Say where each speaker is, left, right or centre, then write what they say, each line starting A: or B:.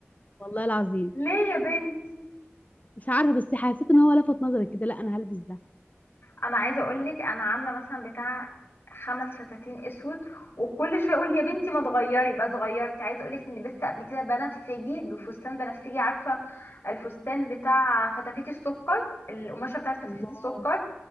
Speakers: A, on the left (about 35°); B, on the left (about 50°).
A: والله العظيم
B: ليه يا بنت
A: مش عارفه بس حسيت ان هو لفت نظري كده لا انا هلبس ده
B: انا عايزه اقول لك انا عامله مثلا بتاع خمس فساتين اسود وكل شويه اقول يا بنتي ما تغيري بس غيرت عايزه اقول لك اني لبست قبل كده بنفسجي فستان بنفسجي عارفه الفستان بتاع فتافيت السكر القماشه بتاعت فتافيت
A: الله
B: السكر